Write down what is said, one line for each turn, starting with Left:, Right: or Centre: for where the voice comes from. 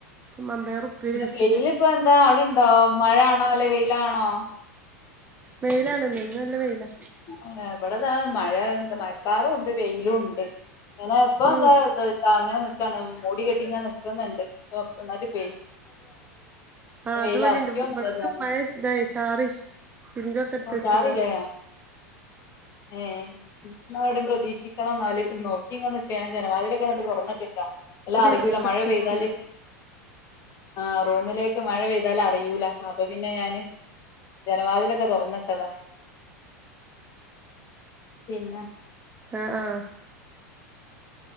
Right: മമ്പയർ ഉപ്പേരി വെച്ച്ണ്
Left: വെയിലിപ്പോ എന്താ അവിടെണ്ടോ മഴ ആണോ അല്ല വെയിലാണോ
Right: വെയിലാണിന്ന് ഇന്ന് നല്ല വെയിലാ
Left: ആഹ് ഇവിടെതാ മഴ എന്താ മഴക്കാറും ഉണ്ട് വെയിലുണ്ട് ഇങ്ങനെ ഇപ്പൊ
Right: ഉം
Left: എന്താ അങ്ങനെ നിക്കാണ് മൂടികെട്ടി ഇങ്ങനെ നി- ന്ന്ണ്ട് പ്പം ഒന്നായിട്ട് പ്പം
Right: ആ അത്
Left: വെയിൽ
Right: ഇവടിണ്ട്
Left: അറക്കിയോ എന്നുള്ളതും അറിയില്ല
Right: മഴ ഇതായി ചാറി തിര്മ്പിയൊക്കെ എടുത്ത്
Left: അപ്പൊ
Right: വെച്ചല്ലാരും
Left: ചാറില്ലേ ഏ ഇന്നാ ഇവിടെയും പ്രതീക്ഷിക്കണം ന്നാല് നോക്കിങ്ങ് ന നിക്ക്ക ജനവാ ട്ട തുറന്നിട്ട് നിക്കാ അല്ലേ
Right: ഒക്കെ
Left: അറിയൂല മഴ
Right: എടുത്ത്
Left: പെയ്താല്
Right: വെച്ച്
Left: ആ റൂമിലേക്ക് മഴ പെയ്താല് അറിയൂല അപ്പൊ പിന്നെ ഞാന് ജനവാതിലൊക്കെ തുറന്നിട്ടതാ പിന്നെ
Right: ആ ആ